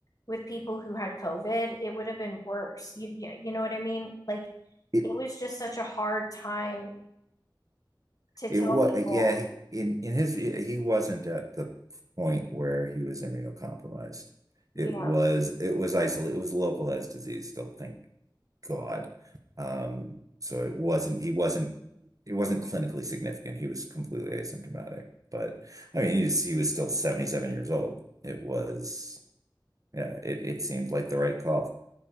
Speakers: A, on the left; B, on the right.
A: with people who had COVID, it would have been worse. You, you know what I mean? Like
B: it
A: it was just such a hard time to
B: it
A: tell
B: was,
A: people.
B: yeah, in in his he wasn't at the point where he was immunocompromised.
A: you
B: It
A: know.
B: was it was isolated, it was localized disease. Don't think God. Um, so it wasn't he wasn't it wasn't clinically significant. He was completely asymptomatic. But I mean, he was, he was still 77 years old. It was yeah, it it seemed like the right call.